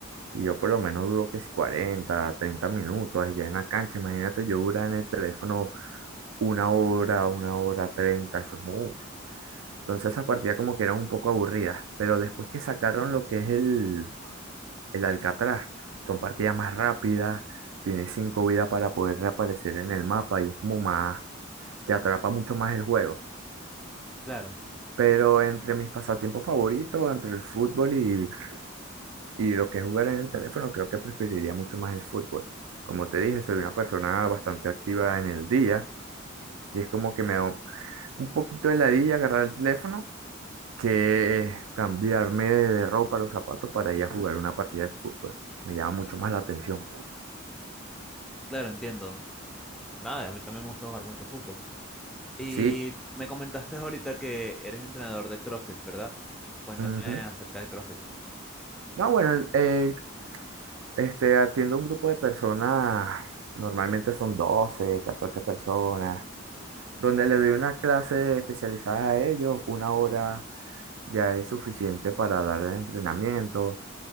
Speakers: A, on the right (about 75°); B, in the centre.
A: Y yo por lo menos duro que si 40 30 minutos allá en la cancha. Imagínate, yo duraba en el teléfono una hora, una hora, treinta eso es mucho. Entonces esas partidas como que eran un poco aburridas. Pero después que sacaron lo que es el, el Alcatraz, son partidas más rápidas, tienes cinco vidas para poder reaparecer en el mapa y es como más, te atrapa mucho más el juego.
B: Claro,
A: Pero entre mis pasatiempos favoritos, entre el fútbol y, y lo que es jugar en el teléfono, creo que preferiría mucho más el fútbol. Como te dije, soy una persona bastante activa en el día y es como que me da un poquito de ladilla agarrar el teléfono que cambiarme de, de ropa, los zapatos para ir a jugar una partida de fútbol. Me llama mucho más la atención.
B: claro, entiendo. Nada, a mí también me gusta jugar mucho fútbol. Y
A: Sí.
B: me comentaste ahorita que eres entrenador de CrossFit, ¿verdad? Cuéntame
A: ujú.
B: acerca del CrossFit.
A: No, bueno, el- el- este, atiendo un grupo de personas, normalmente son 12 14 personas. donde le doy una clase especializada a ellos, una hora ya es suficiente para dar el entrenamiento.